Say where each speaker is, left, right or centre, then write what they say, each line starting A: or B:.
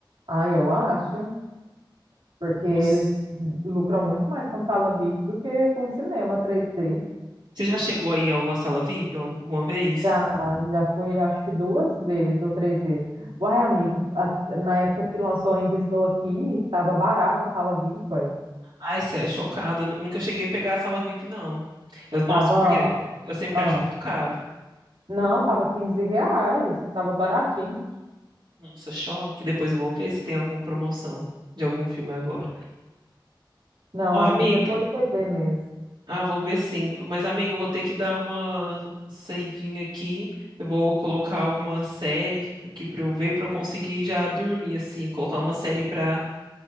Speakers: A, on the right; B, on the right.
A: Ah, eu acho, porque
B: Nossa.
A: eles lucram muito mais com sala VIP do que com cinema 3D.
B: Você já chegou aí em alguma sala VIP alguma vez?
A: Já, já fui, acho que duas vezes ou três vezes. Uai, amigo, a- na época que lançou Ainda Estou Aqui, estava barata a sala VIP. ué.
B: Ai, isso é chocado. Eu nu- nunca cheguei a pegar a sala VIP, não. Eu, nossa,
A: Tava,
B: porque eu sempre
A: ah,
B: acho muito caro.
A: não, tava 15 reais, tava baratinho.
B: Nossa, choque. Depois eu vou ver se tem alguma promoção de algum filme agora.
A: Não,
B: Ô,
A: amigo,
B: amiga.
A: depois você vê mesmo.
B: Ah, vou ver sim. Mas, amigo, eu vou ter que dar uma saidinha aqui. Eu vou colocar alguma série aqui pra eu ver, pra eu conseguir já dormir, assim. Colocar uma série pra